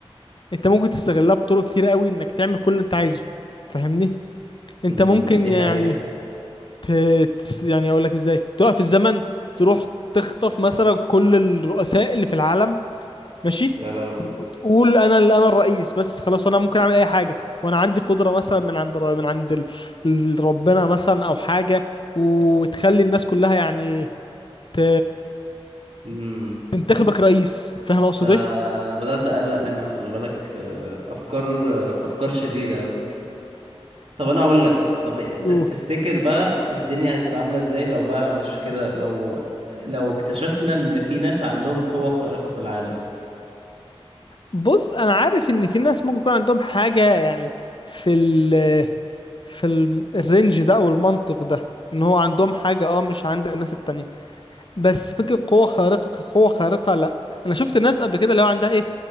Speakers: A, on the left; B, on the right.
A: انت ممكن تستغلها بطرق كتير قوي انك تعمل كل اللي انت عايزه فاهمني انت
B: امم
A: ممكن
B: دي
A: يعني
B: حقيقة
A: ت... تس- يعني اقول لك ازاي توقف الزمن تروح تخطف مثلا كل الرؤساء اللي في العالم ماشي
B: يا لهوي
A: وتقول انا اللي انا الرئيس بس خلاص انا ممكن اعمل اي حاجه وانا عندي قدره مثلا من عند ر- من عند ال... ال- ربنا مثلا او حاجه وتخلي الناس كلها يعني ت...
B: امم
A: تنتخبك رئيس فاهم اقصد
B: فانا
A: ايه
B: بدأت اقلق منك خلي بالك آه، افكار آه، افكار شريرة قوي طب انا اقول لك طب ت-
A: أوه.
B: تفتكر بقى الدنيا هتبقى عاملة ازاي لو بقى مش كده لو لو اكتشفنا ان في ناس عندهم قوة خارقة في العالم
A: بص انا عارف ان في ناس ممكن يكون عندهم حاجه يعني في ال في ال- الرينج ده او المنطق ده ان هو عندهم حاجه اه مش عند الناس التانية بس فكرة قوة خارقة قوة خارقة لا انا شفت ناس قبل كده اللي هو عندها ايه